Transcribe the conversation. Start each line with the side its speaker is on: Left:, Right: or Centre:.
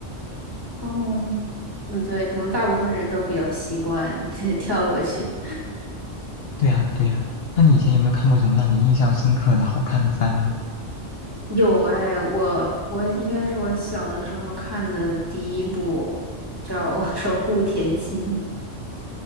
Right: 哦，嗯，对，可能大部分人都比较习惯 <laughs> 跳过去。
Left: 对呀对呀，那你以前有没有看过什么让你印象深刻的好看的番呢？
Right: 有哎，我我应该是我小的时候看的第一部叫《<laughs> 守护甜心》。